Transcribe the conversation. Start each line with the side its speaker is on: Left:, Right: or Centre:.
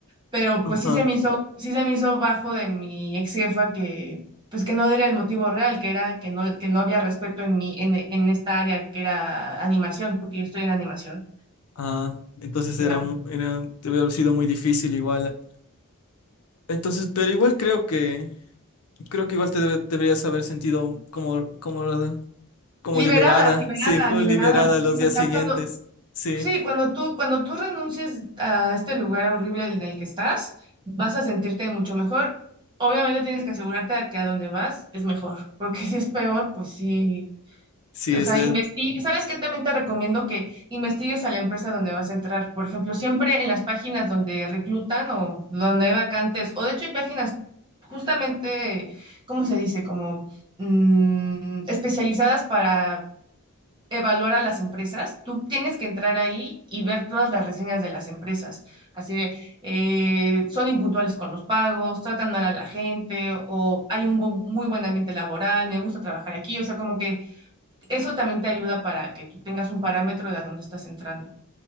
Right: pero
Left: Ajá.
Right: pues sí se me hizo, sí se me hizo bajo de mi ex jefa que, pues que no era el motivo real, que era que no, que no había respeto en mi en, en esta área que era animación, porque yo estoy en animación.
Left: Ah, entonces
Right: Ya.
Left: era, mu- era, debe haber sido muy difícil igual. Entonces, pero igual creo que, creo que igual te debe- deberías haber sentido como, como, como
Right: Liberada,
Left: liberada.
Right: liberada,
Left: Sí, fue
Right: liberada,
Left: liberada
Right: sí,
Left: los días
Right: o sea,
Left: siguientes.
Right: cuando,
Left: Sí,
Right: Sí, cuando tú, cuando tú renuncies a este lugar horrible en el que estás, vas a sentirte mucho mejor. Obviamente tienes que asegurarte de que a donde vas es mejor, <laughs> porque si es peor, pues sí.
Left: sí,
Right: O
Left: es
Right: sea,
Left: es
Right: investiga. ¿Sabes qué? También te recomiendo que investigues a la empresa donde vas a entrar. Por ejemplo, siempre en las páginas donde reclutan o donde hay vacantes, o de hecho hay páginas justamente, ¿cómo se dice? Como mm, especializadas para evaluar a las empresas, tú tienes que entrar ahí y ver todas las reseñas de las empresas. Así de, eh, son impuntuales con los pagos, tratan mal a la gente o hay un bu- muy buen ambiente laboral, me gusta trabajar aquí. O sea, como que eso también te ayuda para que tú tengas un parámetro de a dónde estás entrando.